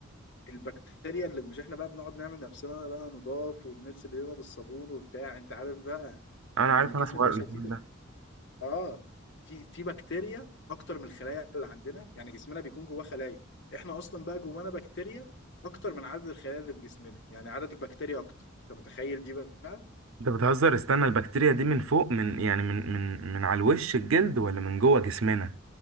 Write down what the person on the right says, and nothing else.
انا
عارف
انا حوار
الحوار
ده
انت بتهزر استنى البكتيريا دي من فوق من يعني من من من على الوش الجلد ولا من جوه جسمنا